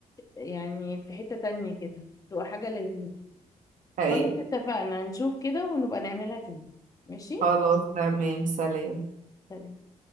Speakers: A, on the left; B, on the right.
A: يعني في حتة تانية كده تبقى حاجة لذيذة
B: أيوة
A: خلاص اتفقنا نشوف كده ونبقى نعملها تاني ماشي
B: خلاص تمام سلام
A: سلام